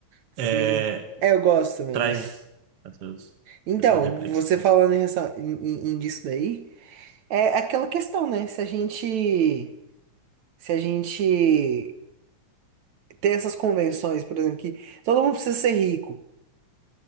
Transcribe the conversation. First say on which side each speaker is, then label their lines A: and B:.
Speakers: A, on the right; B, on the right.
A: sim.
B: é,
A: É, eu gosto também,
B: traz
A: é.
B: essas,
A: Então,
B: essas reflexões.
A: você falando em, essa- em- em- em disso daí, é aquela questão, né? Se a gente, se a gente tem essas convenções, por exemplo, que todo mundo precisa ser rico,